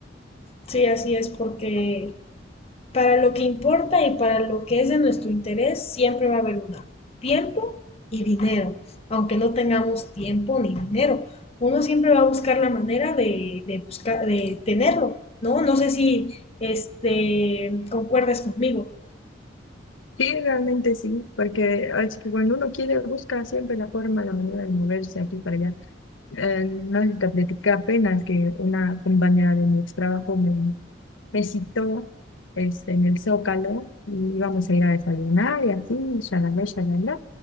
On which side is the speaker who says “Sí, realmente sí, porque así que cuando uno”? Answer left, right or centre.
Left